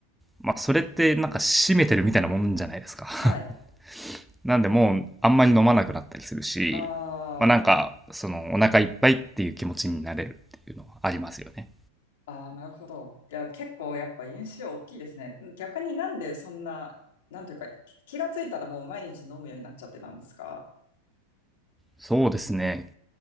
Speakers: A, in the centre; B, on the left (about 55°).
A: まあそれってなんか締めてるみたいなもんじゃないですか。
B: はい。
A: <laughs> なんでもうあんまり飲まなくなったりするし、
B: あ
A: まあなんかそのお腹いっぱいっていう気持ちになれるっていうのはありますよね。
B: ーあー、なるほど。じゃあ結構やっぱ印象大きいですね。逆になんでそんな、なんというか、き気がついたらもう毎日飲むようになっちゃってたんですか
A: そうですね。